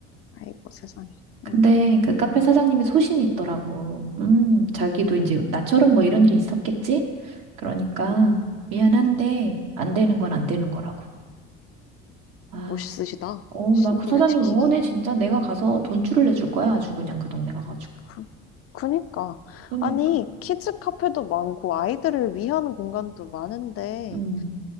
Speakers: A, on the left (about 45°); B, on the right (about 75°).
A: 아이고, 세상에.
B: 근데
A: 응,
B: 그 카페 사장님이 소신이 있더라고. 음, 자기도 이제
A: 음,
B: 나처럼 뭐 이런 일이 있었겠지? 그러니까
A: 응.
B: 미안한데 안 되는 건 안 되는 거라고. 아,
A: 멋있으시다.
B: 어,
A: 신조를
B: 나 그 사장님
A: 지키기.
B: 응원해. 진짜 내가 가서 돈줄을 내줄 거야. 아주 그냥 그 동네 가가지고.
A: 그, 그니까.
B: 그러니까.
A: 아니, 키즈 카페도 많고, 아이들을 위한 공간도 많은데,
B: 음,